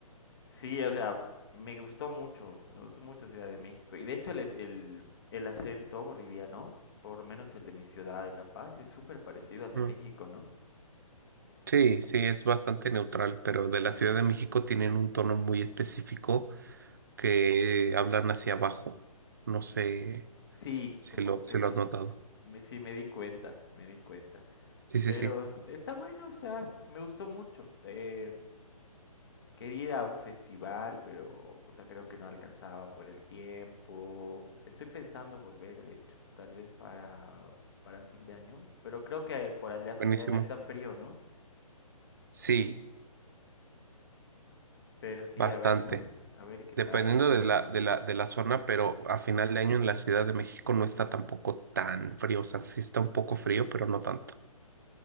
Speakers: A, on the left (about 40°); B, on the right (about 30°).
A: Sí, o sea, me gustó mucho, me gustó mucho Ciudad de México. Y de hecho el, es- el, el acento boliviano, por lo menos el de mi ciudad, de La Paz, es súper parecido al de
B: Mm.
A: México, ¿no?
B: Sí, sí, es bastante neutral, pero de la Ciudad de México tienen un tono muy específico que hablan hacia abajo. No sé
A: Sí,
B: si
A: como
B: lo, si
A: que me,
B: lo has notado.
A: me- sí me di cuenta, me di cuenta.
B: Sí, sí,
A: Pero
B: sí.
A: está bueno, o sea, me gustó mucho. Eh, quería ir a un festival, pero puta, creo que no alcanzaba por el tiempo. Estoy pensando volver, de hecho, tal vez para, para fin de año, pero creo que por allá fin
B: Buenísimo.
A: de año está frío, ¿no?
B: Sí,
A: Pero sí,
B: bastante.
A: a ver, a ver qué
B: Dependiendo
A: tal.
B: de la, de la, de la zona, pero a final de año en la Ciudad de México no está tampoco tan frío. O sea, sí está un poco frío, pero no tanto.